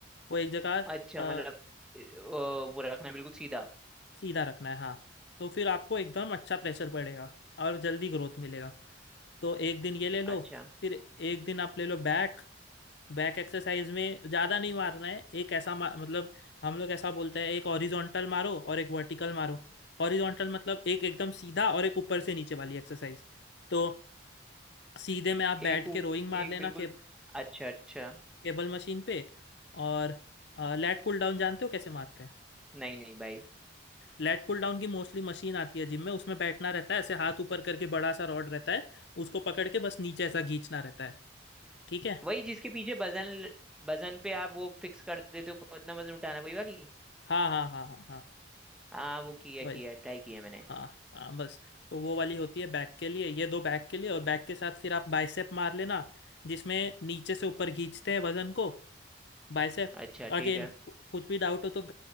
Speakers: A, on the left; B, in the centre.
A: वो एक जगह
B: अच्छा
A: अ,
B: मतलब अ, वो रखना बिल्कुल सीधा
A: सीधा रखना है हाँ तो फिर आपको एकदम अच्छा प्रेशर पड़ेगा और जल्दी ग्रोथ मिलेगा तो एक दिन ये ले लो
B: अच्छा
A: फिर एक दिन आप ले लो बैक बैक एक्सरसाइज में ज़्यादा नहीं मारना है एक ऐसा मा- मतलब हम लोग ऐसा बोलते हैं एक हॉरिजॉन्टल मारो और एक वर्टिकल मारो हॉरिजॉन्टल मतलब एक एकदम सीधा और एक ऊपर से नीचे वाली एक्सरसाइज तो सीधे में आप बैठ
B: एक उ-
A: के रोइंग मार
B: एक
A: लेना
B: बिल्कुल
A: के,
B: अच्छा अच्छा
A: केबल मशीन पे और लैट पुल डाउन जानते हो कैसे मारते हैं
B: नहीं नहीं भाई
A: लैट पुल डाउन की मोस्टली मशीन आती है जिम में उसमें बैठना रहता है ऐसे हाथ ऊपर करके बड़ा सा रॉड रहता है उसको पकड़ के बस नीचे ऐसा खींचना रहता है ठीक है
B: वही जिसके पीछे वजन वजन पे आप वो फिक्स कर देते हो कितना वजन उठाना है, वही वाली
A: हाँ हाँ हाँ हाँ हाँ
B: हाँ वो किया
A: वही
B: किया ट्राई किया मैंने
A: हाँ हाँ बस तो वो वाली होती है बैक के लिए ये दो बैक के लिए और बैक के साथ फिर आप बाइसेप मार लेना जिसमें नीचे से ऊपर खींचते हैं वजन को बाइसेप
B: अच्छा ठीक
A: अगेन
B: है
A: कुछ भी डाउट हो तो